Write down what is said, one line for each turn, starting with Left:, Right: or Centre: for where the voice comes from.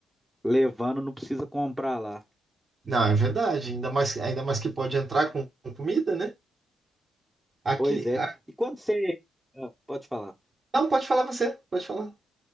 Centre: levando não precisa comprar lá.
Right: Não, é verdade. Ainda mais, ainda mais que pode entrar com com comida, né? Aqui.
Centre: Pois é.
Right: a-
Centre: E quando você. ah, Pode falar.
Right: Não, pode falar você, pode falar.